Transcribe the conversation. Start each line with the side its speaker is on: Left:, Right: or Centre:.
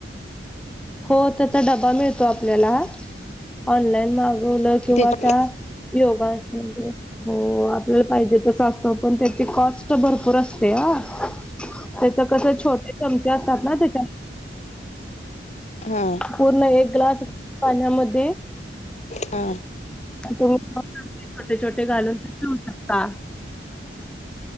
Centre: हो त्याचा डबा मिळतो आपल्याला ऑनलाईन बलं किंवा
Left: त्याची
Centre: त्या योगास हो आपल्याला पाहिजे तसं असतं पण त्याची कॉस्ट भरपूर असते ह त्याच कसं छोटे चमचे असतात ना त्याच्या
Left: हा
Centre: पूर्ण एक ग्लास पाण्यामध्ये
Left: हा
Centre: तुम्ही छोटे छोटे घालून ठेऊ शकता